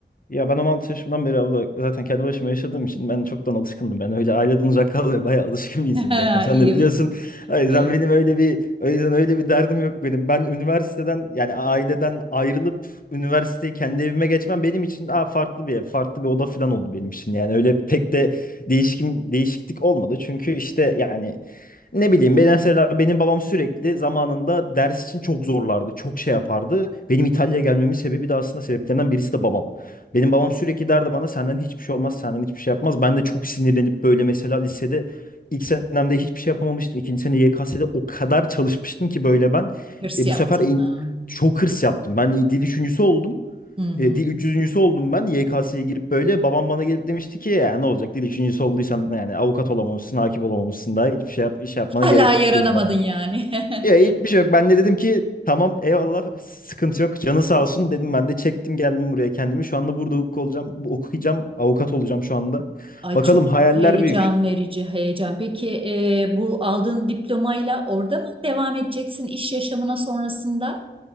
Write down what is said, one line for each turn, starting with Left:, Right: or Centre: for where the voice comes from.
Left: Ya ben 16 yaşımdan beri abla zaten kendi başıma yaşadığım için ben çoktan alışkındım. Ben öyle aileden uzak kalmaya bayağı alışkın bir insanım
Right: <laughs>
Left: zaten. Sen
Right: İyi
Left: de biliyorsun. O yüzden
Right: e,
Left: benim öyle bir o yüzden öyle bir derdim yok benim. Ben üniversiteden yani aileden ayrılıp üniversiteyi kendi evime geçmem benim için aa, farklı bir ev, farklı bir oda falan oldu benim için. Yani öyle pek de değişkin değişiklik olmadı. Çünkü işte yani ne bileyim ben mesela benim babam sürekli zamanında ders için çok zorlardı. Çok şey yapardı. Benim İtalya'ya gelmemin sebebi de aslında sebeplerinden birisi de babam. Benim babam sürekli derdi bana senden hiçbir şey olmaz, senden hiçbir şey yapmaz. Ben de çok sinirlenip böyle mesela lisede ilk senemde hiçbir şey yapamamıştım. İkinci sene YKS'de o kadar çalışmıştım ki böyle ben.
Right: hırs
Left: E,
Right: yaptın.
Left: bu sefer en-
Right: Ha.
Left: çok hırs yaptım. Ben dil üçüncüsü oldum.
Right: Hı hı.
Left: E, dil 300.'sü oldum ben YKS'ye girip böyle. Babam bana gelip demişti ki ya ne olacak dil üçüncüsü olduysan yani avukat olamamışsın, hakim olamamışsın daha hiçbir şey yap, iş yapmana
Right: Hala
Left: gerek
Right: yaranamadın
Left: yok diyordu bana.
Right: yani. <laughs>
Left: Ya hiçbir şey yok. Ben de dedim ki tamam eyvallah sıkıntı yok. Canı sağ olsun dedim ben de çektim geldim buraya kendimi. Şu anda burada hukuk olacağım, bu- okuyacağım, avukat olacağım şu anda.
Right: Ay
Left: Bakalım
Right: çok
Left: hayaller
Right: heyecan
Left: büyük.
Right: verici heyecan. Peki e, bu aldığın diplomayla orada mı devam edeceksin iş yaşamına sonrasında?